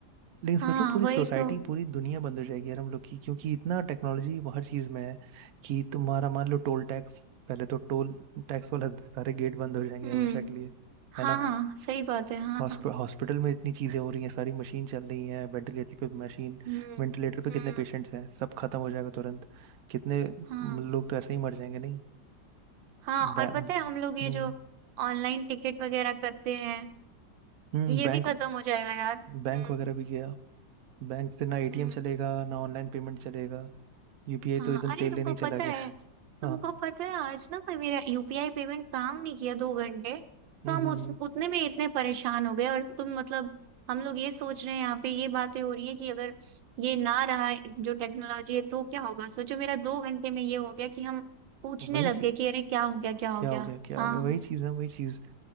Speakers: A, on the right; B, on the right.
A: लेकिन
B: हाँ
A: सोचो पूरी
B: वही
A: सोसाइटी
B: तो
A: पूरी दुनिया बंद हो जाएगी यार हम लोग की क्योंकि इतना टेक्नोलॉजी हर चीज में है कि तुम्हारा मान लो टोल टैक्स पहले तो टोल टैक्स वाला सारे गेट बंद हो जाएंगे
B: हम्म
A: हमेशा के लिए है
B: हाँ
A: ना
B: हाँ सही बात है हाँ
A: हॉस्पिटल
B: हाँ
A: हॉस्पिटल में इतनी चीजें हो रही हैं सारी मशीन चल रही है वेंटिलेटर पे मशीन
B: हम्म
A: वेंटिलेटर पे
B: हम्म
A: कितने पेशेंट्स हैं सब खत्म हो जाएगा तुरंत कितने
B: हाँ
A: लोग तो ऐसे ही मर जाएंगे नहीं
B: हाँ
A: बै,
B: और
A: हम्म
B: पता है हम लोग ये जो ऑनलाइन टिकट वगैरह करते हैं
A: हम्म,
B: ये
A: बैंक
B: भी खत्म हो जाएगा यार
A: बैंक
B: हम्म
A: वगैरह भी गया बैंक से ना एटीएम
B: हम्म
A: चलेगा ना ऑनलाइन पेमेंट चलेगा यूपीआई
B: हाँ
A: तो एकदम
B: अरे
A: तेल
B: तुमको
A: लेने ही चला
B: पता
A: गया
B: है
A: <laughs>
B: तुमको
A: हाँ
B: पता है आज ना कोई मेरा यूपीआई पेमेंट काम नहीं किया दो घंटे
A: हम्म
B: तो हम
A: हम्म
B: उस
A: हम्म,
B: उतने में इतने परेशान हो गए और तुम मतलब हम लोग ये सोच रहे हैं यहाँ पे ये बातें हो रही है कि अगर ये ना रहा जो टेक्नोलॉजी है तो क्या होगा सोचो मेरा दो घंटे में ये हो गया कि हम पूछने
A: वही
B: लग
A: चीज
B: गए कि अरे क्या हो गया क्या
A: क्या
B: हो गया
A: हो गया क्या
B: हाँ
A: हो गया वही चीज है वही चीज